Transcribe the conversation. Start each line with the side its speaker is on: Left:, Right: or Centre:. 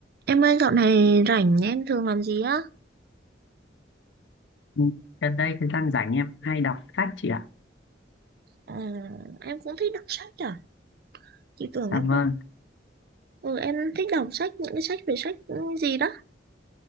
Right: Em ơi dạo này rảnh em thường làm gì á?
Left: Ừ, Gần đây thời gian rảnh em hay đọc sách chị ạ.
Right: Ờ, em cũng thích đọc sách à? Chị tưởng
Left: Dạ
Right: em
Left: vâng.
Right: không... Ừ, em thích đọc sách, những cái sách về sách gì đó?